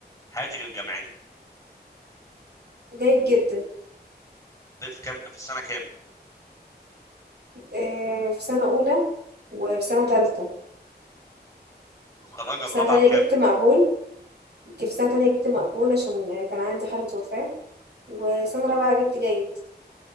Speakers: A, on the left; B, on the right.
A: حياتك الجامعيه
B: جيد جدا
A: ده في كام في السنه كام
B: آه، في سنه اولى وفي سنه تالتة
A: متخرجه
B: في
A: برابعه
B: سنة تانية
A: بكام
B: جبت مقبول جبت سنة تانية جبت مقبول عشان كان عندي حالة وفاة وسنة رابعة جبت جيد